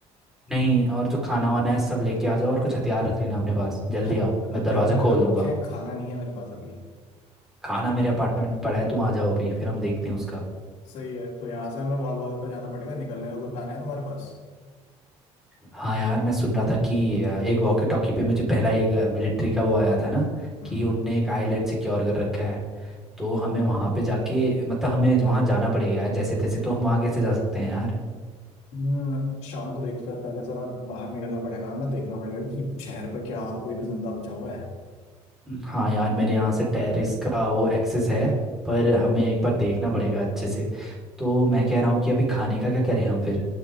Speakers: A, in the centre; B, on the left.
A: नहीं और जो खाना वाना है सब लेके आ जाओ और कुछ हथियार रख लेना अपने पास जल्दी
B: हथ-
A: आओ मैं
B: हथियार
A: दरवाज़ा
B: मैंने
A: खोल
B: रखे
A: दूंगा
B: हैं खाना नहीं है मेरे पास अभी
A: खाना मेरे अपार्टमेंट में पड़ा है तुम आ जाओ अभी फिर हम देखते हैं उसका
B: सही है तो यहाँ से हमें वॉल वॉल पे जाना पड़ेगा निकलने का कोई प्लान है तुम्हारे पास
A: हाँ यार मैं सुन रहा था कि अ, एक वॉकी टॉकी पे मुझे पहला एक मिलिट्री का वो आया था ना
B: हम्म
A: कि उनने एक आइलैंड सिक्योर कर रखा है तो हमें वहाँ पे जाके मतलब हमें वहाँ जाना पड़ेगा यार जैसे तैसे तो हम वहाँ कैसे जा सकते हैं यार
B: हम्म, शाम को देखते हैं पहले जरा बाहर निकलना पड़ेगा हमें देखना पड़ेगा कि शहर पे क्या और कोई भी जिंदा बचा हुआ है
A: हाँ यार मेरे यहाँ से टेरेस का वो एक्सेस है पर हमें एक बार देखना पड़ेगा अच्छे से तो मैं कह रहा हूँ कि अभी खाने का क्या करें हम फिर